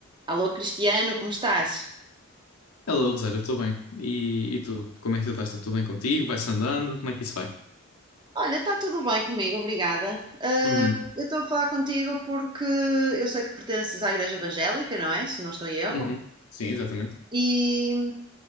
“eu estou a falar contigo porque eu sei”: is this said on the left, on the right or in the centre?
Right